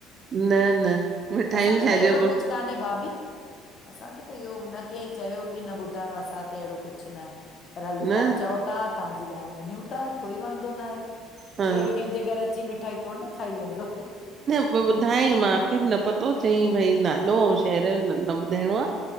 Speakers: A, on the right; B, on the left.
A: न न मिठायूं
B: असांखे
A: छाजो
B: त एड़ो
A: को
B: कुछ कान्हें भाभी, असांखे त इहो न कें चयो की न ॿुधाइणो असां त एड़ो कुछ नाहें, पर हलो
A: न
B: तहां चौ ता, तहांजी ॻाल्ह मञूं ता, कोई वांदो नाहें।
A: हा
B: केर केंजे घर अची, मिठाई थोरी न खाई वेंदो।
A: उहो ॿुधायई, माखे बि न पतो हो, चयई भई नालो औं शहर जो न ॿुधाइणो आ